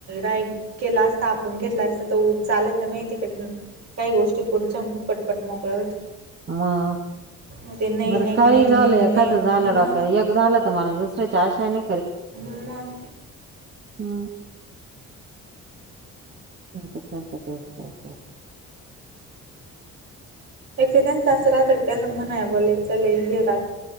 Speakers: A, on the right; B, on the right.
A: ऐ केला असता आपण घेतला असतो चालत माहितीकडनं काही गोष्टी पुढच्या पटपट मोकळ होत
B: म
A: मग ते नाही
B: बरं
A: नाही
B: काही
A: नाही
B: झालं
A: नाही नाही
B: एखादं
A: नाही
B: झालं
A: मग
B: डोक्या एक झालं तुम्हाला दुसऱ्याची आशानी
A: हम्म म
B: हम <inaudible>
A: एकेकांच असं रातय त्यांना म्हणाय बोलायचा लय घे रात